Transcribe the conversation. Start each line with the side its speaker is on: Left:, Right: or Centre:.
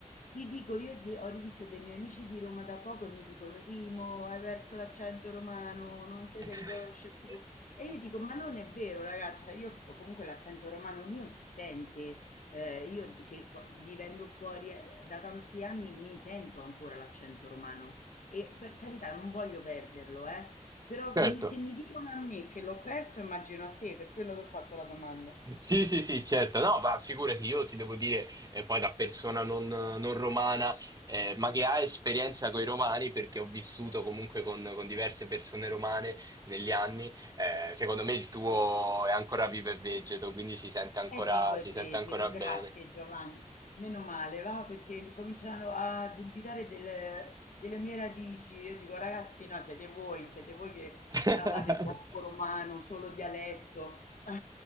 Left: ti dico, io de- ho rivisto dei miei amici di Roma da poco e mi dicono, sì, mo hai perso l'accento romano, non te
Right: <laughs>
Left: si riconosce più. E io dico, ma non è vero, ragazza, io comunque l'accento romano mio si sente, eh, io d- che qua- vivendo fuori eh, da tanti anni mi sento ancora l'accento romano e per carità non voglio perderlo, eh. Però
Right: Certo.
Left: mi- se mi dicono a me che l'ho perso, immagino a te, per quello ti ho fatto la domanda.
Right: Sì, sì, sì, certo. No, ma figurati, io ti devo dire, eh, poi da persona non, non romana, eh, ma che ha esperienza con i romani, perché ho vissuto comunque con, con diverse persone romane negli anni, eh, secondo me il tuo è ancora vivo e vegeto, quindi si sente ancora,
Left: È vivo e
Right: si
Left: vegeto,
Right: sente ancora
Left: grazie
Right: bene.
Left: Giovanni. Meno male, va perché cominciano a dubitare delle, delle mie radici. Io dico, ragazzi, no, siete voi, siete voi che
Right: <laughs>
Left: parlate troppo romano, solo dialetto. <laughs>